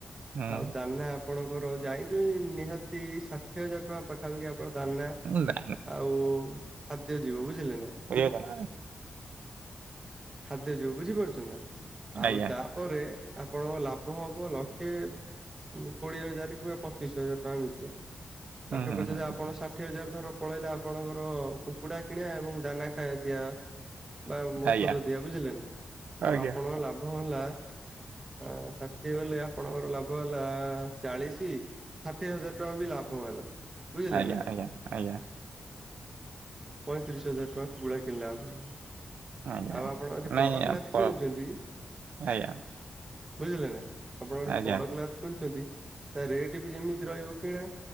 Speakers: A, on the right (about 80°); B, on the right (about 20°).
A: ହୁଁ
B: ଆଉ ଦାନା ଆପଣଙ୍କର ଜାଣିଚକି ନିହାତି ଷାଠିଏ ହଜାର ଟଙ୍କା ପାଖାପାଖି ଆପଣ ଦାନା
A: ମୁ କହିଲି। <unintelligible>
B: ଆଉ ଖାଦ୍ୟ ଯିବ ବୁଝିଲେ ନା?
A: ଇଏ ଦାନା।
B: ଖାଦ୍ୟ ଯିବ ବୁଝିପାରୁଛ ନା? ଆଉ
A: ଆଜ୍ଞା
B: ତାପରେ ଆପଣଙ୍କ ଲାଭ ହବ ଲକ୍ଷେ କୋଡିଏ ହଜାର କିମ୍ବା ପଚିଶ ହଜାର ଟଙ୍କା ମିତିଆ।
A: ହୁଁ
B: ଲକ୍ଷେ
A: ହୁଁ
B: ପଚାଷ
A: ହୁଁ
B: ଆପଣ
A: ହୁଁ
B: ଷାଠି ହଜାର ଧର ପଳେଇଲା ଆପଣଙ୍କର କୁକୁଡା କିଣିବା ଏବଂ ଦାନା ଖାଇବା ଦିଆ ବା ଓଷଧ
A: ଆଜ୍ଞା
B: ଦିଆ ବୁଝିଲେ ନା? ଆଉ
A: ଆଜ୍ଞା
B: ଆପଣଙ୍କ ଲାଭ ହେଲା ଆଁ ଷାଠିଏ ଗଲେ ଆପଣଙ୍କର ଲାଭ ହେଲା ଚାଳିଶି ଷାଠିଏ ହଜାର ଟଙ୍କା ବି ଲାଭ ହେଲା ବୁଝିଲେ
A: ଆଜ୍ଞା
B: ନା?
A: ଆଜ୍ଞା, ଆଜ୍ଞା।
B: ପଇଁତିରିଶ ହଜାର ଟଙ୍କା କୁକୁଡ଼ା କିଣିଲା ଆପଣଙ୍କୁ।
A: ଆଜ୍ଞା
B: ଆଉ ଆପଣ ଆଜି
A: ନାଇଁ
B: କଡକ ନାଥ
A: ଆପ
B: କିଣୁଛନ୍ତିକି?
A: ଆଜ୍ଞା
B: ବୁଝିଲେ ନା ଆପଣ ଯଦି
A: ଆଜ୍ଞା
B: କଡକନାଥ କିଣୁଛନ୍ତି ତା ରେଟ୍ ବି ଯେମିତି ରହିବ କିଣା